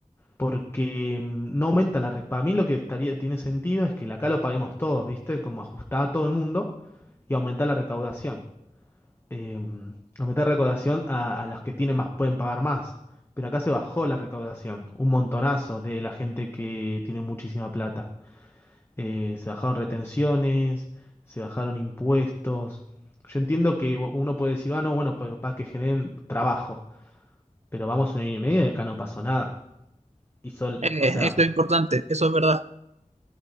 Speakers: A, on the left; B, on the right.
A: Porque mm, no aumenta la... re- Para mí lo que estaría, tiene sentido es que la acá lo paguemos todos, ¿viste? Como ajustar a todo el mundo y aumentar la recaudación eh, a meter recaudación a, a las que tienen más, pueden pagar más. Pero acá se bajó la recaudación, un montonazo de la gente que tiene muchísima plata. Eh, se bajaron retenciones, se bajaron impuestos. Yo entiendo que uno puede decir, ah, no, bueno, pero para que generen trabajo. Pero vamos un año y medio y acá no pasó nada. Y sol,
B: Eh,
A: o sea,
B: eso es importante, eso es verdad.